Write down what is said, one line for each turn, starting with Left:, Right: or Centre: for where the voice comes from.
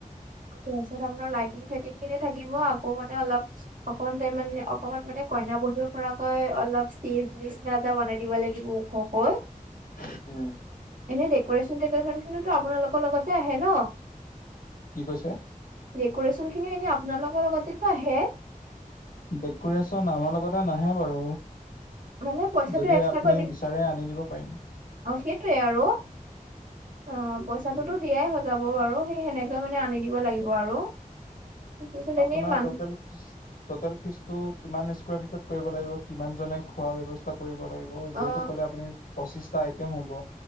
Right: <unintelligible> ত আপোনাৰ লাইটিং চাইটিং খিনি থাকিব আকৌ মানে অলপ অকমান তাই মানে অকনমান মানে কইনা বহুৰ পৰাকৈ অলপ ষ্টেজ নিচিনা এটা বনাই থাকিব লাগিব ওখ কৈ।
Left: উম
Right: এনে ডেক'ৰেশচন টেকৰেশচন খিনিো আপোনালোকৰ লগতে আহে ন।
Left: কি কৈছে?
Right: ডেক'ৰেশ্যন খিনিও এনে আপোনালোকৰ লগতেতো আহে।
Left: ডেকোৰে্যন আমাৰ লগতে নাহে বাৰু।
Right: মানে পইচাটো
Left: যদি
Right: এক্সট্ৰাকৈ,
Left: আপুনি বিচাৰে আনি দিব পাৰিম
Right: অ সেইটোৱে আৰু। অ পইচাটোতো দিয়াই সজাব বাৰু সেই সেনেকে মানে আনি দিব লাগিব আৰু। তাৰপিছত
Left: আপোনাৰ
Right: এনেই মান
Left: টটেল। টটেল ফিজ টো কিমান স্কুৱাৰ ফিটত কৰিব লাগিব, কিমান জনে খোৱা ব্যবস্থা কৰিব লাগিব। যিহেঁতু
Right: অ
Left: কলে আপুনি পচিশঁটা আইম হ'ব,